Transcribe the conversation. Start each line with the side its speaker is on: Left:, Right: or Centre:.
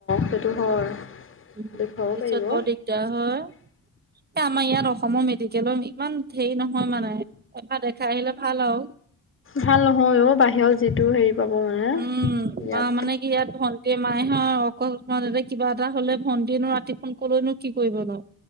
Left: সেইটো হয়।
Right: উম,
Left: দেখুৱাব
Right: পিছত
Left: পাৰিব
Right: বৰ দিগ দাৰ হয় এই আমাৰ ইয়াত অসমৰ মেডিকেলৰ ইমান হেৰি নহয় মানে। এফা -দেখা আহিলে ভাল আও।
Left: ভাল নহয় অ, বাহিৰত যিটো হেৰি পাব মানে
Right: উম,
Left: ইয়াত
Right: বা মানে কি ইয়াত ধন <unintelligible> কিবা এটা হ'লে ভণ্টিনো ৰাতিখন কলৈনো কি কৰিব নো।